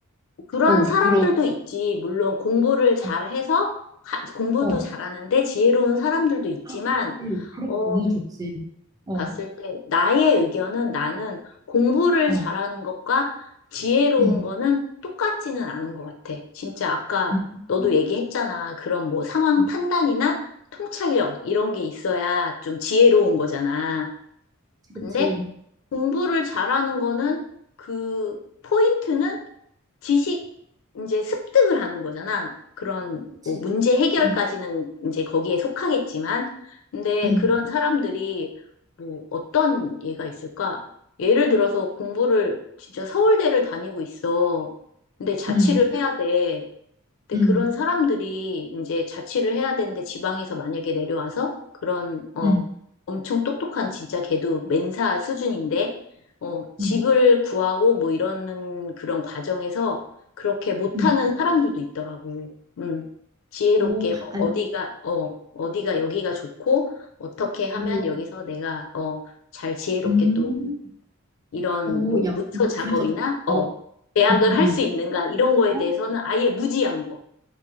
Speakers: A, on the left; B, on the right.
A: 그런
B: 어,
A: 사람들도
B: 그러
A: 있지. 물론 공부를 잘해서
B: 어,
A: 가- 공부도
B: 어.
A: 잘하는데 지혜로운 사람들도 있지만,
B: 아, 그치. 그럼
A: 어,
B: 너무 좋지. 어,
A: 봤을 때 나의 의견은 나는 공부를
B: 어.
A: 잘하는 것과 지혜로운
B: 음.
A: 거는 똑같지는 않은 것 같아. 진짜 아까
B: 음.
A: 너도
B: 음.
A: 얘기했잖아. 그런 뭐 상황
B: 어,
A: 판단이나 통찰력 이런 게 있어야 좀 지혜로운 거잖아. 근데
B: 그치, 그치.
A: 공부를 잘하는 거는 그 포인트는 지식 이제 습득을 하는 거잖아. 그런
B: 그치.
A: 뭐 문제 해결까지는
B: 음.
A: 이제 거기에 속하겠지만, 근데
B: 음.
A: 그런 사람들이 뭐 어떤 예가 있을까? 예를 들어서 공부를 진짜 서울대를 다니고 있어. 근데 자취를
B: 음.
A: 해야 돼. 근데
B: 음.
A: 그런 사람들이 이제 자취를 해야 되는데 지방에서 만약에 내려와서 그런, 어,
B: 음.
A: 엄청 똑똑한 진짜 걔도 멘사 수준인데, 어, 집을
B: 음.
A: 구하고 뭐 이러는 그런 과정에서 그렇게 못하는
B: 음.
A: 사람들도 있더라고. 음, 지혜롭게
B: 오,
A: 뭐
B: 아니,
A: 어디가, 어, 어디가 여기가 좋고, 어떻게 하면
B: 오,
A: 여기서 내가, 어, 잘 지혜롭게
B: 음,
A: 또 이런
B: 오,
A: 뭐
B: 야,
A: 문서 작업이나,
B: 그래서,
A: 어,
B: 나, 음,
A: 계약을
B: 음.
A: 할 수 있는가 이런 거에
B: 음. 어?
A: 대해서는 아예 무지한 거.